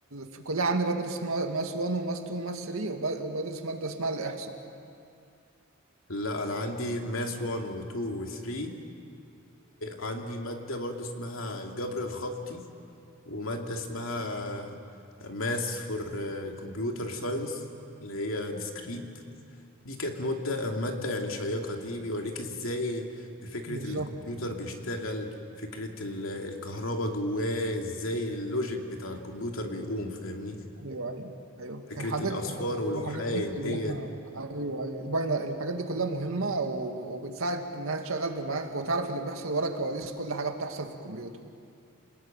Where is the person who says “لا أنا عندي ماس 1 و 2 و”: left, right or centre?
Left